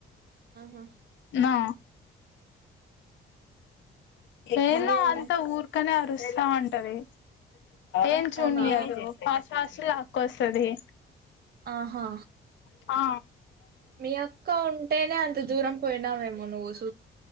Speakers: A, on the right; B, on the left.
A: ఆహా
B: ఆ ఏను
A: ఇంగేమి
B: అంత ఊర్కనే అరు స్థా ఉంటది ఏం చేయినియదు
A: అవునా
B: ఫాస్ట్ క్లాస్ లాక్కవస్తది
A: ఆహా
B: ఆ
A: మీ అక్క ఉంటేనే అంత దూరం పోయినావేమో నువ్వు స్కూ